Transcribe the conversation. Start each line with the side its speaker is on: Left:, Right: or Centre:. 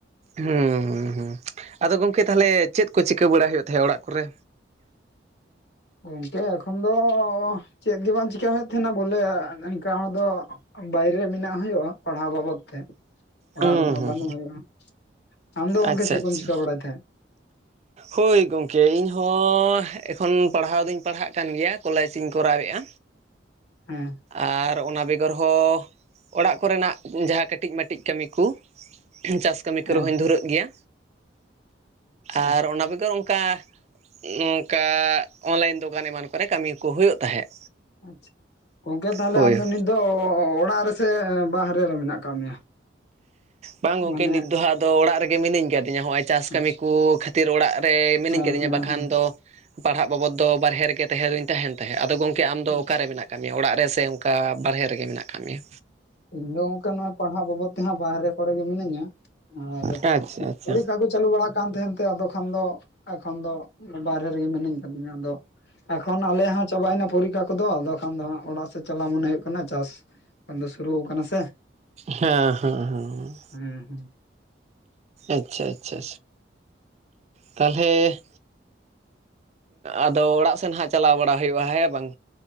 Right: ᱦᱩᱸ ᱦᱩᱸ ᱟᱫᱚ ᱜᱚᱝᱠᱮ ᱛᱟᱦᱞᱮ ᱪᱮᱫ ᱠᱚ ᱪᱤᱠᱟᱹ ᱵᱟᱲᱟ ᱦᱩᱭᱩᱜ ᱛᱟᱦᱮᱸᱫ ᱚᱲᱟᱜ ᱠᱚᱨᱮ?
Left: ᱜᱚᱝᱠᱮ ᱮᱠᱷᱚᱱ ᱫᱚ ᱪᱮᱫ ᱜᱮ ᱵᱟᱝ ᱪᱤᱠᱟ ᱦᱩᱭᱩᱜ ᱮᱫ ᱛᱟᱦᱮᱱᱟ ᱵᱚᱞᱮ ᱤᱱᱠᱟ ᱦᱚᱲ ᱫᱚ ᱵᱟᱭᱨᱮ ᱢᱮᱱᱟᱜ ᱦᱩᱭᱩᱜᱼᱟ ᱯᱟᱲᱦᱟᱣ ᱵᱟᱵᱚᱫ ᱛᱮ ᱚᱲᱟᱜ
Right: ᱦᱩᱸ
Left: ᱨᱮᱫᱚ
Right: ᱦᱩᱸ
Left: ᱵᱟᱹᱱᱩᱜ ᱦᱩᱭᱩᱜᱼᱟ᱾ ᱟᱢ ᱫᱚ ᱜᱚᱝᱠᱮ
Right: ᱟᱪᱪᱷᱟ
Left: ᱪᱮᱫ
Right: ᱟᱪᱪᱷᱟ
Left: ᱠᱚᱢ ᱪᱤᱠᱟ ᱵᱟᱲᱟᱭ ᱛᱟᱦᱮᱸᱫ?
Right: ᱦᱳᱭ ᱜᱚᱝᱠᱮ ᱤᱧ ᱦᱚᱸ ᱮᱠᱷᱚᱱ ᱯᱟᱲᱦᱟᱣ ᱫᱩᱧ ᱯᱟᱲᱦᱟᱜ ᱠᱟᱱ ᱜᱮᱭᱟ ᱠᱚᱞᱡᱽ ᱤᱧ ᱠᱚᱨᱟᱣᱮᱫᱼᱟ
Left: ᱦᱮᱸ
Right: ᱟᱨ ᱚᱱᱟ ᱵᱮᱜᱚᱨ ᱦᱚᱸ ᱚᱲᱟᱜ ᱠᱚᱨᱮᱱᱟᱜ ᱡᱟᱦᱟᱸ ᱠᱟᱹᱴᱤᱡᱼᱢᱟᱹᱴᱤᱡ ᱠᱟᱹᱢᱤ ᱠᱩ ᱪᱟᱥ ᱠᱟᱹᱢᱤ ᱠᱚᱨᱮ
Left: ᱦᱮᱸ
Right: ᱦᱚᱧ ᱫᱷᱩᱨᱟᱹᱜ ᱜᱮᱭᱟ
Left: ᱟᱪᱪᱷᱟ
Right: ᱟᱨ ᱚᱱᱟ ᱵᱮᱜᱚᱨ ᱚᱱᱠᱟ ᱱᱚᱝᱠᱟ ᱚᱱᱞᱟᱭᱤᱱ ᱫᱚᱠᱟᱱ ᱮᱢᱟᱱ ᱠᱚᱨᱮ ᱠᱟᱹᱢᱤ ᱠᱚ ᱦᱩᱭᱩᱜ ᱛᱟᱦᱮᱸᱫ
Left: ᱟᱪᱷᱟ ᱜᱚᱝᱠᱮ ᱛᱟᱦᱚᱞᱮ
Right: ᱦᱳᱭ
Left: ᱟᱢ ᱫᱚ ᱱᱤᱛ ᱫᱚ ᱚᱲᱟᱜ ᱨᱮᱥᱮ ᱵᱟᱦᱨᱮ ᱨᱮ ᱢᱮᱱᱟᱜ ᱟᱠᱟᱫ ᱢᱮᱭᱟ
Right: ᱵᱟᱝ ᱜᱚᱝᱠᱮ
Left: ᱢᱟᱱᱮ
Right: ᱱᱤᱛ ᱫᱚ ᱦᱟᱸᱜ ᱟᱫᱚ ᱚᱲᱟᱜ ᱨᱮᱜᱮ ᱢᱤᱱᱟᱹᱧ ᱠᱟᱹᱫᱤᱧᱟ ᱱᱚᱜ-ᱚᱭ ᱪᱟᱥ ᱠᱟᱹᱢᱤ
Left: ᱟᱪᱪᱷᱟ
Right: ᱠᱚ ᱠᱷᱟᱹᱛᱤᱨ ᱚᱲᱟᱜ ᱨᱮ ᱢᱤᱱᱟᱹᱧ
Left: ᱦᱮᱸ
Right: ᱠᱟᱫᱤᱧᱟ
Left: ᱦᱮᱸ
Right: ᱵᱟᱠᱷᱟᱱ
Left: ᱦᱮᱸ
Right: ᱫᱚ ᱯᱟᱲᱦᱟᱜ ᱵᱟᱵᱚᱫ ᱫᱚ ᱵᱟᱨᱦᱮ ᱨᱮ ᱜᱮ ᱛᱟᱦᱮᱸ ᱫᱚᱧ ᱛᱟᱦᱮᱱ ᱛᱟᱦᱮᱸᱫ ᱟᱫᱚ ᱜᱚᱝᱠᱮ ᱟᱢᱫᱚ
Left: ᱟᱪᱪᱷᱟ
Right: ᱚᱠᱟ ᱨᱮ ᱢᱮᱱᱟᱜ ᱟᱠᱟᱫ ᱢᱮᱭᱟ ᱚᱲᱟᱜ ᱨᱮ ᱥᱮ ᱚᱱᱠᱟ ᱵᱟᱨᱦᱮ ᱨᱮᱜᱮ ᱢᱮᱱᱟᱜ ᱟᱠᱟᱫ ᱢᱮᱭᱟ?
Left: ᱤᱧ ᱫᱚ ᱚᱱᱠᱟ ᱱᱚᱜ ᱯᱟᱲᱦᱟᱜ ᱵᱟᱵᱚᱫ ᱛᱮᱦᱟᱸᱜ ᱵᱟᱦᱨᱮ ᱠᱚᱨᱮ ᱜᱮ ᱢᱤᱱᱟᱹᱧᱟ ᱟᱨ
Right: ᱟᱪᱪᱷᱟ ᱟᱪᱪᱷᱟ
Left: ᱯᱩᱲᱤᱠᱠᱷᱟ ᱠᱚ ᱪᱟᱹᱞᱩ ᱵᱟᱲᱟᱜ ᱠᱟᱱ ᱛᱟᱦᱮᱱ ᱛᱮ ᱟᱫᱚ ᱠᱷᱟᱱ ᱫᱚ ᱮᱠᱷᱚᱱ ᱫᱚ ᱵᱟᱦᱨᱮ ᱨᱮᱜᱮ ᱢᱤᱱᱟᱹᱧ ᱠᱟᱫᱤᱧᱟ ᱟᱫᱚ ᱮᱠᱷᱚᱱ ᱟᱞᱮᱭᱟᱜ ᱦᱚᱸ ᱪᱟᱵᱟᱭᱱᱟ ᱯᱚᱨᱤᱠᱷᱟ ᱠᱚᱫᱚ ᱟᱫᱚ ᱠᱷᱟᱱ ᱫᱚ ᱦᱟᱸᱜ ᱚᱲᱟᱜ ᱥᱮᱫ ᱪᱟᱞᱟᱣ ᱢᱚᱱᱮ ᱦᱩᱭᱩᱜ ᱠᱟᱱᱟ ᱪᱟᱥ ᱠᱷᱚᱱ ᱫᱚ ᱥᱩᱨᱩ ᱠᱟᱱᱟ ᱥᱮ
Right: ᱦᱮᱸ ᱦᱮᱸ ᱦᱮᱸ
Left: ᱦᱩᱸ ᱦᱩᱸ
Right: ᱟᱪᱷᱟ ᱟᱪᱷᱟ ᱛᱟᱦᱞᱮ ᱟᱫᱚ ᱚᱲᱟᱜ ᱥᱮᱱ ᱦᱟᱸᱜ ᱪᱟᱞᱟᱣ ᱵᱟᱲᱟ ᱦᱩᱭᱩᱜᱼᱟ ᱦᱮᱸ ᱵᱟᱝ?